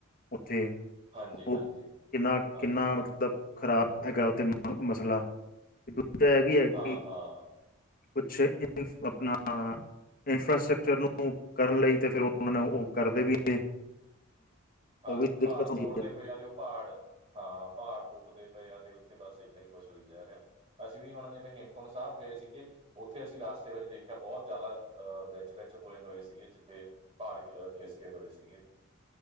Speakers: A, on the left; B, on the right.
A: ਉੱਥੇ
B: ਹਾਂਜੀ
A: ਉਹ
B: ਹਾਂਜੀ
A: ਕਿੰਨਾ
B: ਹਾਂਜੀ
A: ਕਿੰਨਾ ਮਤਲਬ ਮਤਲਬ ਖ਼ਰਾਬ ਹੈਗਾ ਉੱਥੇ ਮਸਲਾ ਤੇ ਦੂਜਾ ਇਹ ਵੀ ਹੈ ਕਿ
B: ਹਾਂ ਹਾਂ
A: ਕੁਛ ਆਪਣਾ <unintelligible> ਇਨਫਰਾਸਟਕਚਰ ਨੂੰ ਕਰਨ ਲਈ ਤੇ ਫਿਰ ਉਹਨਾਂ ਨੇ ਉਹ ਕਰਦੇ ਵੀ ਨੇ
B: ਹਾਂਜੀ
A: ਉਹ ਵੀ
B: ਪਹਾੜ
A: ਦਿੱਕਤ ਹੁੰਦੀ
B: ਤੋੜਦੇ
A: ਹੈ
B: ਪਏ ਆ, ਤੇ ਉਹ ਪਹਾੜ ਹਾਂ। ਪਹਾੜ ਤੋੜਦੇ ਪਏ ਆ ਤੇ ਉੱਥੇ ਬਸ ਏਦਾਂ ਹੀ ਖੁਸ਼ ਹੋਈ ਜਾ ਰਿਹਾ। ਅਸੀਂ ਵੀ ਹੁਣ ਜਿਵੇਂ ਹੇਮਕੁੰਟ ਸਾਹਿਬ ਗਏ ਸੀਗੇ। ਉੱਥੇ ਅਸੀਂ ਰਸਤੇ ਵਿੱਚ ਦੇਖਿਆ, ਬਹੁਤ ਜ਼ਿਆਦਾ ਅਹ ਵਿੱਚ ਵਿੱਚ ਹੋਏ ਹੋਏ ਸੀਗੇ ਜਿੱਥੇ। ਪੜ ਖਿਸਕੇ ਹੋਏ ਸੀਗੇ,